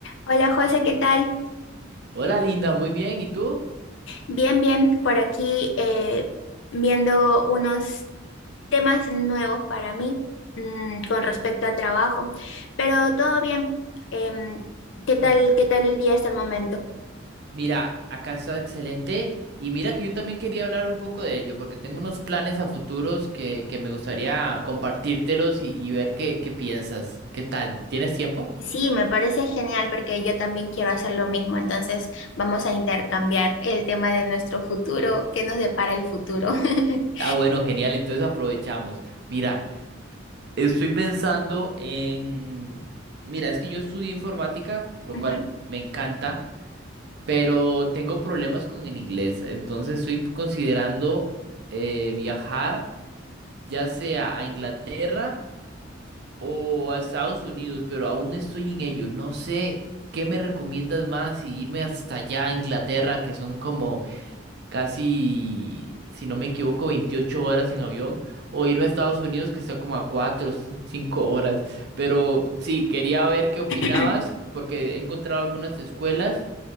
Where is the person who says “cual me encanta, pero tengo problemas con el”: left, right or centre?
Right